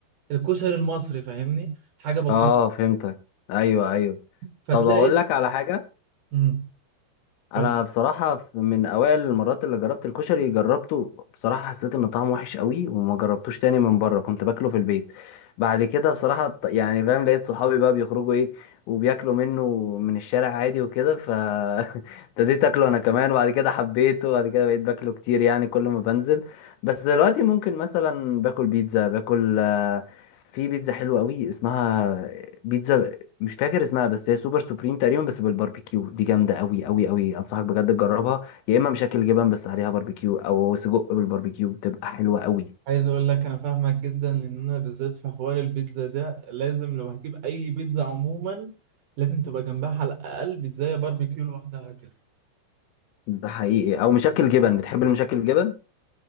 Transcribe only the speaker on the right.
الكشري المصري فاهمني حاجه بسيطه
فتلاقي
امم قول
عايز اقول لك انا فاهمك جدا لان انا بالذات في حوار البيتزا ده لازم لو هجيب اي بيتزا عموما لازم تبقى جنبها على الاقل بيتزا باربيكيو لوحدها كده